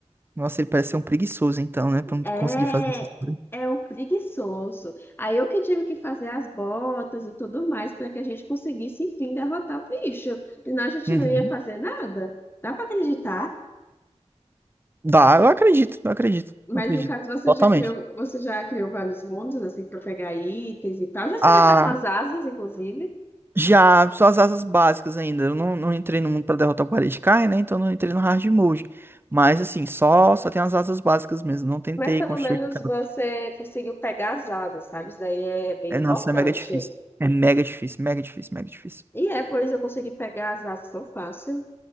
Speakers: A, on the right; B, on the left.
A: nossa, ele parece ser um preguiçoso então, né? Pra não
B: É,
A: conseguir fazer essas coisas.
B: é um preguiçoso. Aí eu que tive que fazer as botas e tudo mais para que a gente conseguisse, enfim, derrotar o bicho. Senão a gente
A: Uhum.
B: não ia fazer nada. Dá para acreditar.
A: Dá, eu acredito, eu acredito,
B: Mas
A: eu acredito.
B: no caso você
A: Totalmente.
B: já criou, você já criou vários mundos assim para pegar itens e tal. Já você
A: Ah,
B: já tá com as asas, inclusive.
A: já, só as asas básicas ainda. Eu não, não entrei no mundo pra derrotar o Paredkai, né? Então não entrei no hard mode. Mas assim, só só tem as asas básicas mesmo. Não tentei
B: Mas pelo
A: construir
B: menos
A: cada.
B: você conseguiu pegar as asas, sabe? Isso daí é bem
A: É,
B: importante.
A: nossa, é mega difícil. É mega difícil, mega difícil, mega difícil.
B: E é, pois eu consegui pegar as asas tão fácil.